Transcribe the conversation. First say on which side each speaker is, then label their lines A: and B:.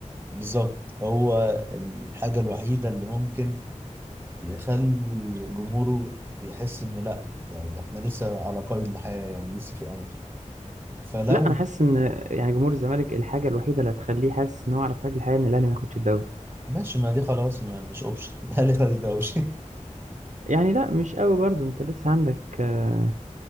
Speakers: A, on the right; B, on the right.
A: بالظبط هو الحاجة الوحيدة اللي ممكن يخلي جمهوره يحس إن لأ ده, ده إحنا لسه على قيد الحياة يعني لسه في أمل فلو
B: لا انا حاسس ان يعني جمهور الزمالك الحاجه الوحيده اللي هتخليه حاسس ان هو على قيد الحياه ان الاهلي ما ياخدش الدوري
A: ماشي ما دي خلاص ما مش أوبشن <laughs> الأهلي خد الدوري
B: يعني لا مش قوي برضه انت لسه عندك آه،